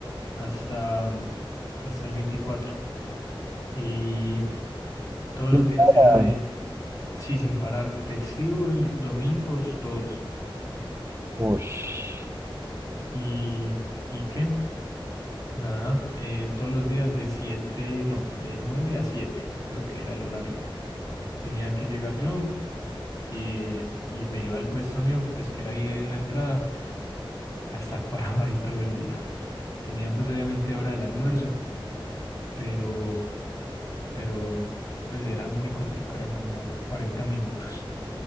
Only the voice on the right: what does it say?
Sin
parar.
Ush.